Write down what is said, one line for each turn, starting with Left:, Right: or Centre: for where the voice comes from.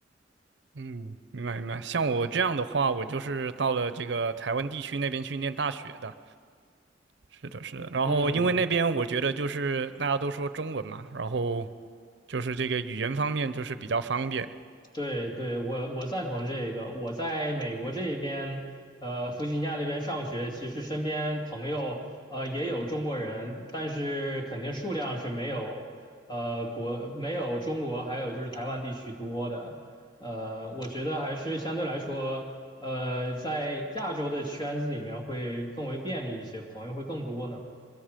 Right: 嗯，明白明白。像我这样的话，我就是到了这个台湾地区那边去念大学的。是的，是的。然后因为那边我觉得就是大家都说中文嘛，
Left: 嗯，嗯
Right: 然后就是这个语言方面就是比较方便。
Left: 对对，我我赞同这个。我在美国这边，呃，弗吉尼亚这边上学，其实身边朋友呃也有中国人，但是肯定数量是没有呃国没有中国还有就是台湾地区多的。呃，我觉得还是相对来说，呃，在亚洲的圈子里面会更为便利一些，朋友会更多呢。